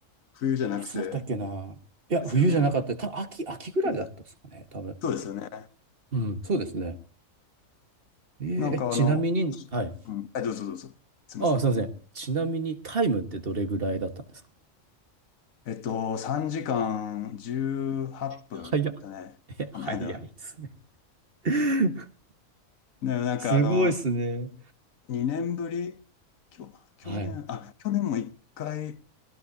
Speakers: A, on the left; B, on the right.
A: 冬じゃなくて、
B: いつだったっけな。いや、
A: ですよね。
B: 冬じゃなかった。た、秋、秋ぐらいだったですかね、
A: です
B: 多分。
A: そうですよね。
B: うん、そうですね。えー、
A: なんかあの、
B: ちなみに、
A: 今年うん、
B: はい。
A: はい、どうぞどうぞ。すいません。
B: ああ、すいません。ちなみに、タイムってどれぐらいだったんですか
A: えっと、3時間18分だね。
B: 早っ。え、
A: この間。
B: 早いですね。<laughs>
A: で、なんかあの、
B: すごいですね。
A: 2年ぶり、きょ去年、
B: はい。
A: あ、去年も1回